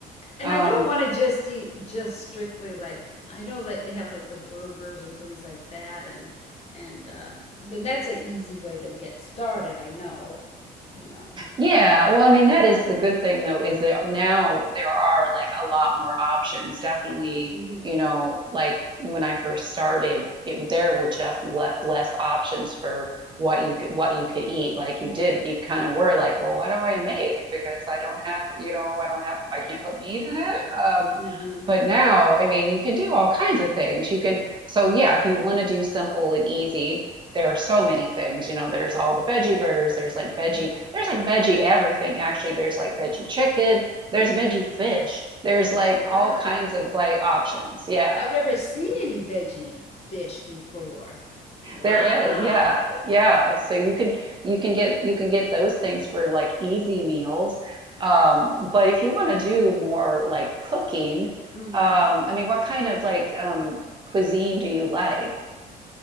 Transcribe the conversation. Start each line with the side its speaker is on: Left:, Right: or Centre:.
Left: And
Right: um,
Left: I don't want to just eat just strictly like I know like they have like the burgers and things like that and and uh, then that's an easy way to get started, I know, you know.
Right: Yeah, well, I mean, that is the good thing though, is that now there are like a lot more options. Definitely,
Left: hmm
Right: you know, like when I first started, it w- there were just le less options for what you could what you could eat. Like
Left: hmm
Right: you did, you kind of were like, well, what do I make? Because I don't have, you know, I don't have, I can't put meat in it. Um,
Left: hmm
Right: but now, I mean, you can do all kinds of things. You can, so yeah, if you want to do simple and easy, there are so many things. You know, there's all the veggie burgers, there's like veggie,
Left: Yeah.
Right: there's like veggie everything, actually. There's like
Left: Yeah.
Right: veggie chicken, there's veggie fish, there's like
Left: Wow.
Right: all kinds of like options. Yeah.
Left: I've never seen any veggie fish before. Wow.
Right: There is, yeah, yeah. So you can you can get you can get those things for like easy meals. Um, but if you want to do more like cooking,
Left: hmm
Right: um, I mean, what kind of like um, cuisine do you like?